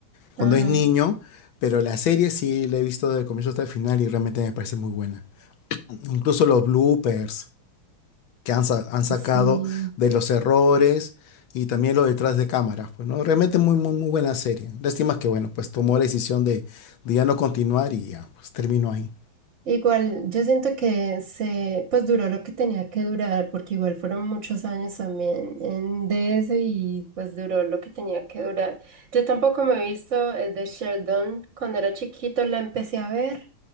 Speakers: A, on the left; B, on the right.
A: cuando
B: Ajá.
A: es niño, pero la serie sí la he visto de comienzo hasta el final y realmente me parece muy buena. Incluso los bloopers que han, sa- han sacado
B: Sí.
A: de los errores y también lo detrás de cámaras, pues no, realmente muy, muy, muy buena serie. Lástima que, bueno, pues tomó la decisión de, de ya no continuar y ya, pues terminó ahí.
B: Igual, yo siento que se, pues duró lo que tenía que durar, porque igual fueron muchos años también en DS y pues duró lo que tenía que durar. Yo tampoco me he visto el de Sheldon cuando era chiquito, la empecé a ver,